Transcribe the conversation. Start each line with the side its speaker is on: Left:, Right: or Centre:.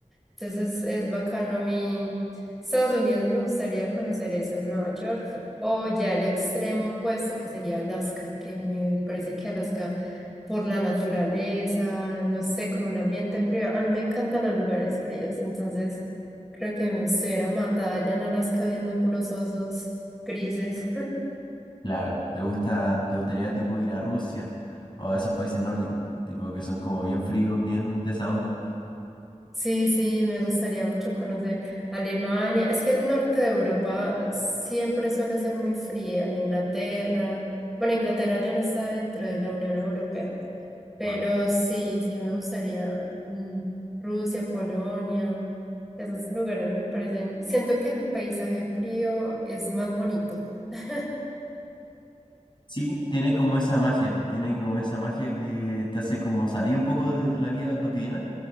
Centre: Entonces es bacano a mí. Estados Unidos me gustaría conocer eso, Nueva York, o ya el extremo opuesto que sería Alaska, que me parece que Alaska por la naturaleza, no sé, como un ambiente frío. A mí me encantan los lugares fríos, entonces creo que me estuviera matada allá en Alaska viendo puros osos grises.
Left: Claro, ¿te gusta, te gustaría tipo ir a Rusia o a esos países nórdicos, tipo que son como bien fríos, bien de esa onda?
Centre: Sí, sí, me gustaría mucho conocer Alemania. Es que el norte de Europa siempre suele ser muy fría. Inglaterra. Bueno, Inglaterra ya no está dentro de la Unión Europea, pero
Left: Ajá.
Centre: sí, sí me gustaría mm, Rusia, Polonia. Esos lugares me parecen, siento que el paisaje frío es más bonito. <laughs>
Left: Sí, tiene como esa magia, tiene como esa magia que te hace como salir un poco de la vida cotidiana,